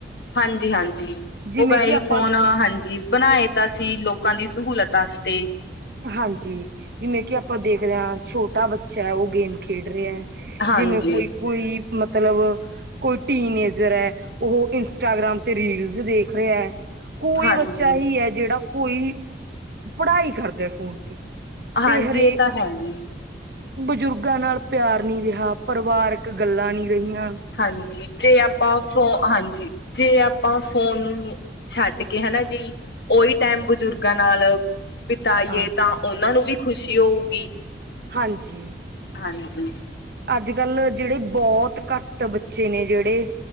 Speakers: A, on the left; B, on the right.
A: ਹਾਂਜੀ-ਹਾਂਜੀ,
B: ਜਿਵੇਂ
A: ਮੋਬਾਇਲ
B: ਕਿ ਆਪਾਂ
A: ਫੋਨ, ਹਾਂਜੀ ਬਣਾਏ ਤਾਂ ਸੀ ਲੋ ਕਾਂ ਦੀ ਸਹੂਲਤ ਆਸਤੇ
B: ਹਾਂਜੀ਼, ਜਿਵੇ ਕਿ ਅਪਾਂ ਦੇਖਦੇ ਆਂ, ਛੋ਼ਟਾ ਬੱਚਾ ਐ ਓ ਗੇਮ ਖੇਡ ਰੇਐ
A: ਹਾਂਜੀ
B: ਜਿਵੇ ਕੋਈ-ਕੋਈ ਮਤਲਬ ਕੋਈ ਟੀਨੇਜਰ ਐ, ਓਹੋ ਇੰਸਟਾਗ੍ਰਾਮ ਤੇ ਰੀਲਜ਼ ਦੇਖ ਰੇਐ। ਕੋਈ
A: ਹਾਂਜੀ
B: ਬੱਚਾ ਹੀ ਐ, ਜੇੜਾ ਕੋਈ, ਪੜ੍ਹਾਈ ਕਰਦਾ ਫੋਨ ਤੇ
A: ਹਾਂਜੀ,
B: ਤੇ ਹਰੇਕ
A: ਏ ਤਾਂ ਹੈ ਜੀ।
B: ਬਜ਼ੁਰਗਾਂ ਨਾਲ ਪੇਆਰ ਨੀ ਰੇਹਾ, ਪਰਵਾਰਕ ਗਲਾ ਨੀ ਰਹੀਆ।
A: ਹਾਂਜੀ, ਤੇ ਅਪਾਂ, ਫੋ, ਹਾਂਜੀ। ਜੇ ਅਪਾ ਫੋਨ ਨੂੰ ਛੱਡ ਕੇ, ਹਨਾ ਜੀ। ਓਈ ਟੈਮ ਬਜ਼ੁਰਗਾਂ ਨਾਲ ਬਿਤਾਈਏ
B: ਹਾਂ
A: ਤਾਂ ਓਨਾਂ ਨੂੰ ਵੀ ਖੁਸ਼ੀ ਹੋਉਗੀ।
B: ਹਾਂਜੀ।
A: ਹਾਂਜੀ।
B: ਅੱਜ-ਕੱਲ ਜਿੜੇ ਬੋਤ ਘੱਟ ਬੱਚੇ ਨੇ ਜਿੜੇ